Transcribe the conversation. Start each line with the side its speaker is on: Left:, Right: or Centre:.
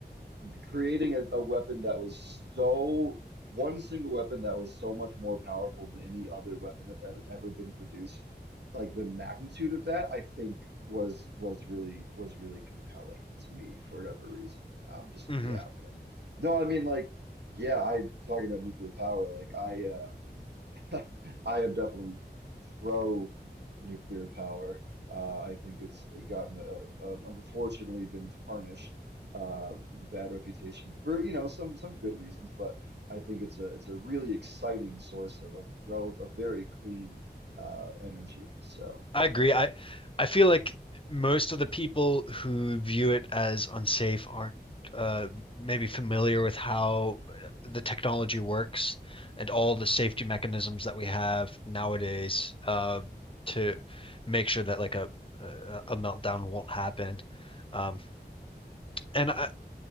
Right: creating a, a weapon that was so one single weapon that was so much more powerful than any other weapon that had ever been produced. Like the magnitude of that, I think was was really was really compelling to me for whatever reason. Um, just
Left: <laughs> hmm
Right: yeah, but no, I mean like yeah, I talking about nuclear power. Like I uh, <laughs> I am definitely pro nuclear power. Uh, I think it's gotten a, a, unfortunately been tarnished, uh, bad reputation for you know some some good reasons, but I think it's a it's a really exciting source of a rel a very clean uh, energy. So
Left: I agree.
Right: yeah,
Left: I I feel like most of the people who view it as unsafe aren't uh, maybe familiar with how the technology works and all the safety mechanisms that we have nowadays um, to make sure that like a a a meltdown won't happen. Um, and I,